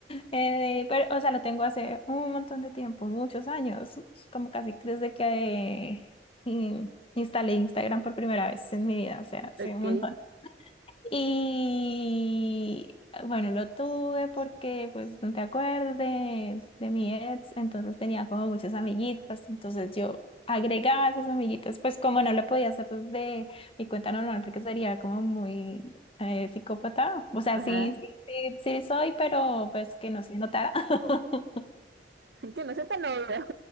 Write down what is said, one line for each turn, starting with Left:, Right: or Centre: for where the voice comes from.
Left: Eh, pero, o sea, lo tengo hace un montón de tiempo, muchos años, como casi desde que eh, in- instalé Instagram por primera vez en mi vida, o sea, hace
Right: Ok,
Left: un montón. Y bueno, lo tuve porque, pues, no te acuerdas de, de mi ex, entonces tenía como muchas amiguitas, entonces yo agregaba esas amiguitas, pues como no lo podía hacer desde mi cuenta normal, porque sería como muy eh, psicópata, o sea,
Right: ajá.
Left: sí, sí, sí, sí soy, pero pues que no se notara. <laughs>
Right: <laughs> Que no sea tan obvio.